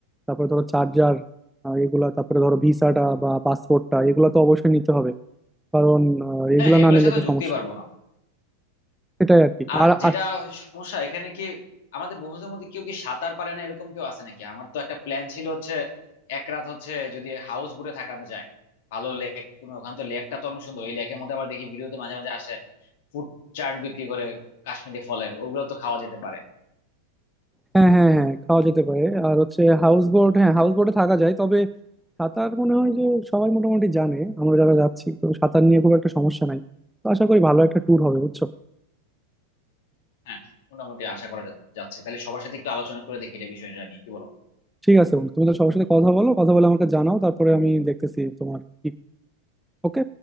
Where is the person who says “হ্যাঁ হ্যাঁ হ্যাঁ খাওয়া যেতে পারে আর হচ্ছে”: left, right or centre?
Centre